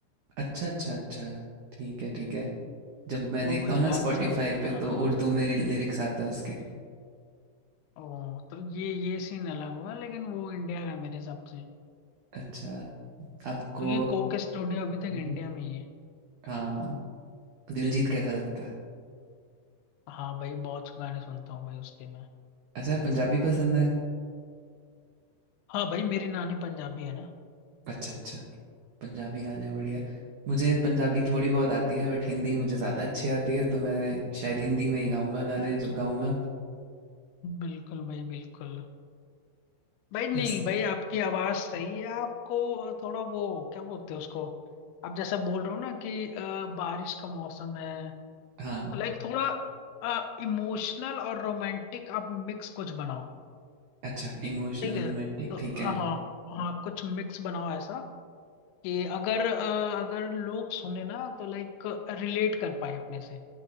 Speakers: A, on the right; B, on the left.
A: अच्छा अच्छा अच्छा ठीक है ठीक है जब मैं
B: वो
A: देखता
B: गुजरात
A: हूँ ना स्पॉटिफाई
B: से है भाई हाँ
A: पे तो
B: हाँ
A: उर्दू
B: हाँ
A: में लिरिक्स आते हैं उसके
B: ओ तो ये ये सीन अलग हुआ लेकिन वो इंडिया का मेरे हिसाब से
A: अच्छा आपको
B: क्योंकि कोक स्टूडियो अभी तक
A: हम्म।
B: इंडिया में ही है
A: हाँ दिलजीत कैसा लगता है
B: हाँ भाई बहुत गाने सुनता हूँ भाई उसके मैं
A: अच्छा पंजाबी पसंद है
B: हाँ भाई मेरी नानी पंजाबी है ना
A: अच्छा अच्छा पंजाबी गाने बढ़िया मुझे पंजाबी थोड़ी बहुत आती है बट हिंदी मुझे ज़्यादा अच्छी आती है तो मैं शायद हिंदी में ही गाऊंगा गाने जब गाऊंगा
B: बिल्कुल भाई बिल्कुल भाई नहीं
A: बस
B: भाई आपकी आवाज सही है आपको थोड़ा वो क्या बोलते हैं उसको आप जैसा बोल रहे हो ना कि अ, बारिश का मौसम है
A: हाँ
B: तो लाइक थोड़ा इमोशनल और रोमांटिक आप मिक्स कुछ बनाओ
A: अच्छा इमोशनल
B: ठीक है
A: रोमांटिक
B: तो
A: ठीक है
B: हाँ हाँ कुछ मिक्स बनाओ ऐसा कि अगर अ, अगर लोग सुने ना तो लाइक रिलेट कर पाए अपने से